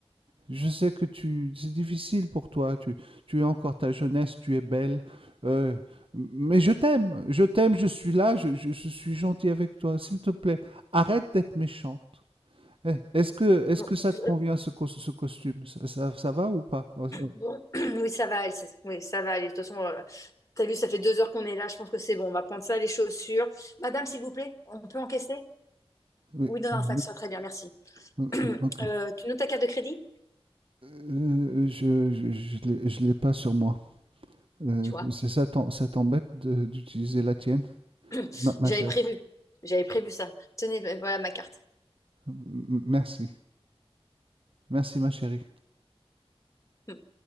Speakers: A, on the right (about 60°); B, on the left (about 30°).
A: Je sais que tu, c'est difficile pour toi, tu, tu es encore ta jeunesse, tu es belle, euh, mais je t'aime, je t'aime, je suis là, je, je- je suis gentil avec toi, s'il te plaît, arrête d'être méchante. Eh, Est-ce que, est-ce
B: Bon,
A: que ça
B: euh,
A: te convient ce, cos- ce costume? Ça, ça, ça va ou pas? Oh, oh,
B: bon. <clears throat> oui, ça va, aller, ça- oui, ça va aller. De toute façon, euh, t'as vu, ça fait deux heures qu'on est là. Je pense que c'est bon. On va prendre ça, les chaussures. Madame, s'il vous plaît, on peut encaisser?
A: Oui.
B: Oui, non,
A: Oui.
B: non, ça te soit très bien, merci.
A: oui,
B: <clears throat>
A: oui, Ok.
B: Euh, tu notes ta carte de crédit?
A: Euh, je je, je l'ai- je l'ai pas sur moi. Euh,
B: Tu vois,
A: c'est ça t'em- ça t'embête de- d'utiliser la tienne,
B: <clears throat>
A: ma, ma
B: j'avais
A: chérie.
B: prévu. J'avais prévu ça. Tenez, ben, voilà ma carte.
A: M- m- merci, merci ma chérie.
B: Hmm.